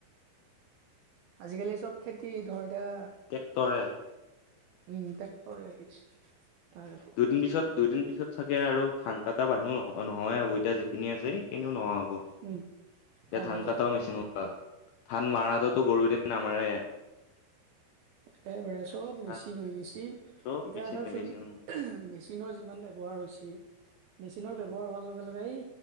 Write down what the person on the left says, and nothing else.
তৰে
দুদিন পিছত দুদিন পিছত চাগে আৰু ধান কাটা মানুহ নহ নহয় হ'ব এতিয়া যিখিনি আছে সেইখিনিও নহোৱা হ'ব।
এতিয়া
ধান কাটাও মেচিন ওলাল ধান মাৰটোতো গৰু দি নামাৰে।
ধান
চব মেচিন
লাগিছে উম
উম